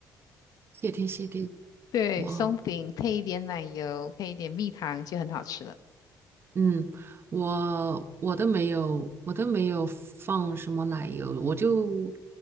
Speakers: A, on the right (about 35°); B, on the left (about 60°).
A: 谢天谢地，
B: 对，
A: 哇，
B: 松饼配一点奶油，配一点蜜糖就很好吃了。
A: 嗯，我我都没有，我都没有放什么奶油，我就